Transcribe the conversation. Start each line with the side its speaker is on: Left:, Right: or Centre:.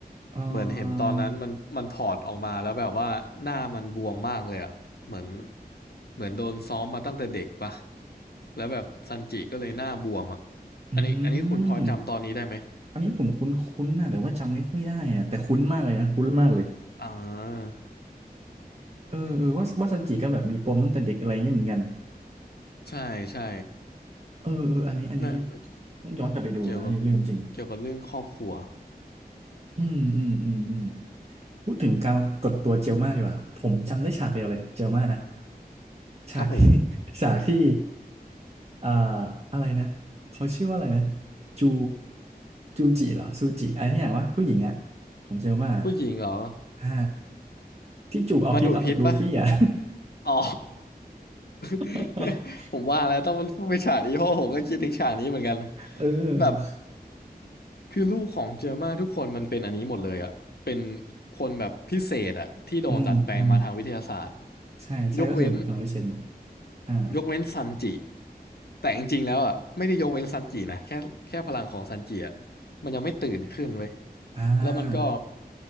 Right: เอ่
Left: เหมือนเห็นตอนนั้นมันมันถอดออกมาแล้วแบบว่าหน้ามันบวมมากเลยอ่ะเหมือน
Right: อ
Left: เหมือนโดนซ้อมมาตั้งแต่เด็กปะแล้วแบบซันจิก็เลยหน้าบวมอ่ะ
Right: อื
Left: อันนี้อันนี้คุณพอจำตอนนี้ได้ไหม
Right: มอันนี้ผมคุ้นๆนะแต่ว่าจำไม่ค่อยได้อะแต่คุ้นมากเลยนะคุ้นมากเลย
Left: อ่า
Right: เออเออว่าว่าซันจิก็แบบมีปมตั้งแต่เด็กอะไรอย่างนี้เหมือนกัน
Left: ใช่ใช่
Right: เออเอออันนี้อันนี้
Left: นั่น
Right: ต้องย้อนกลับไปดูนะอันนี้ลืมจริง
Left: เกี่ยวกับเกี่ยวกับเรื่องครอบครัว
Right: อืมอืมอืมอืมพูดถึงการกดตัวเจลมาดีกว่าผมจำได้ฉากเดียวเลยเจลมานะ ฉากที่
Left: ครับผม
Right: <laughs> ฉากที่เอ่ออะไรนะเขาชื่อว่าอะไรนะจูจูจิเหรอซูจิอะไรที่อย่างวะผู้หญิงอะของเจลมาอะ
Left: ผู้หญิงเหรอ
Right: อ่าที่จูบเอาพิษออกจากลูฟี่อะ
Left: มาดูดพิษปะอ๋อ <laughs>
Right: <laughs>
Left: ผมว่าแล้วต้องเนไปฉากนี้เพราะผมก็คิดถึงฉากนี้เหมือนกัน
Right: เออ
Left: แบบ คือลูกของเจอร์มาทุกคนมันเป็นอันนี้หมดเลยอ่ะเป็นคนแบบพิเศษอ่ะที่โดนดัดแปลงมาทางวิทยาศาสตร์
Right: อืมอืมใช่ใช่ก็คือมีพลังวิเศษหมด
Left: ยกเว้น
Right: อ่า
Left: ยกเว้นซันจิแต่จริงๆแล้วอ่ะไม่ได้ยกเว้นซันจินะแค่แค่พลังของซันจิอ่ะมันยังไม่ตื่นขึ้นเว้ย
Right: อ่า
Left: แล้วมันก็